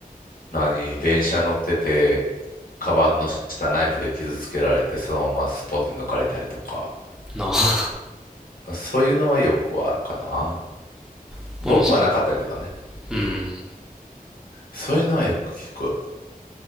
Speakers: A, on the left; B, in the centre.
A: 何、電車乗ってて、カバンの下ナイフで傷つけられて、そのままスポッて抜かれたりとか、
B: なあ。
A: そういうのはよくあるかな。
B: <laughs>
A: 僕はなかったけどね。
B: うん、そう。うん。
A: そういうのはよく聞く。